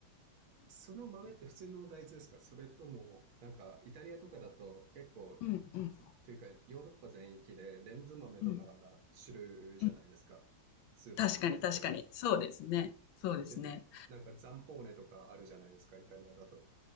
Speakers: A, on the right; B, on the left.
A: その豆って普通の大豆ですかそれとも、なんかイタリアとかだと結構、
B: うんうん
A: というかヨーロッパ全域でレンズ豆とかが主流じゃないですか。
B: うんうん。
A: スーパーとか行っても。
B: 確かに確かに。そうですね。そうですね。
A: で、た、なんかザンポーネとかあるじゃないですか、イタリアだと。